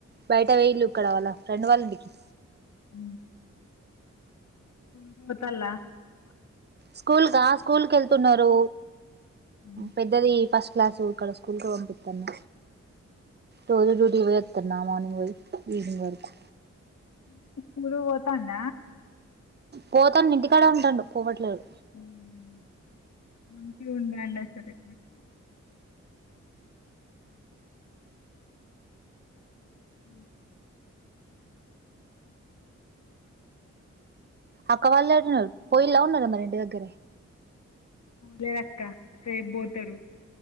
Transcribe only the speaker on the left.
అ స్కూల్ పో <unintelligible>
ఉ
గూడ పోతాండ
హ్మ్ మంచిగుంటాండ సరే అ
పోలేదక్క రేబ్బోతరు.